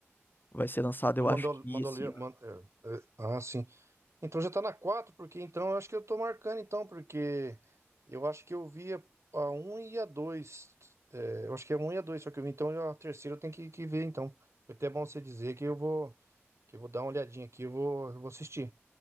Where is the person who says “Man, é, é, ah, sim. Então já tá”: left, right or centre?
Right